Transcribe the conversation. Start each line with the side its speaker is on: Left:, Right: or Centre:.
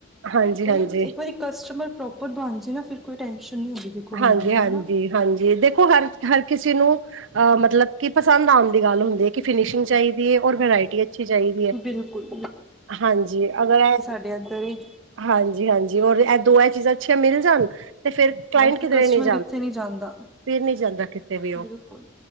Right: ਹਾਂਜੀ-ਹਾਂਜੀ
Centre: ਕੋਈ ਇੱਕ ਵਾਰੀ ਕਸਟਮਰ ਪ੍ਰੋਪਰ ਬਣ ਜਾ ਨਾ, ਫਿਰ ਕੋਈ ਟੈਨਸ਼ਨ ਨਹੀਂ ਹੁੰਦੀ ਦੇਖੋ ਬੰਦੇ
Right: ਹਾਂਜੀ-ਹਾਂਜੀ-ਹਾਂਜੀ
Centre: ਨੂੰ ਹਨਾ
Right: ਦੇਖੋ ਹਰ, ਦੇਖੋ ਹਰ ਕਿਸੇ ਨੂੰ, ਅਹ ਮਤਲਬ ਕਿ ਪਸੰਦ ਆਉਣ ਦੀ ਗੱਲ ਹੁੰਦੀ ਇਕ ਫਿਨਸ਼ਿੰਗ
Centre: ਬਿਲਕੁਲ
Right: ਚਾਹੀਦੀ ਹੈ ਔਰ ਵਰਾਇਟੀ ਅੱਛੀ ਚਾਹੀਦੀ ਹੈ,
Centre: ਬਿਲਕੁਲ
Right: ਹਾਂਜੀ ਅਗਰ
Centre: ਿਆਤ ਰ <unintelligible>
Right: ਹਾਂਜੀ -ਹਾਂਜੀ, ਇਹ ਦੋ ਇਹ ਚੀਜ਼ਾਂ ਅੱਛੀਆਂ ਮਿਲ ਜਾਣ ਤੇ ਫਿਰ ਕਲਾਇੰਟ
Centre: ਬਸ ਫਿਰ,
Right: ਕਿਧਰੇ
Centre: ਕਸਟਮਰ
Right: ਨਹੀਂ
Centre: ਕਿੱਥੇ ਨੀ ਜਾਂਦਾ
Right: ਫਿਰ ਨਹੀਂ ਜਾਂਦਾ ਕਿਤੇ ਵੀ ਉਹ
Centre: ਬਿਲਕੁਲ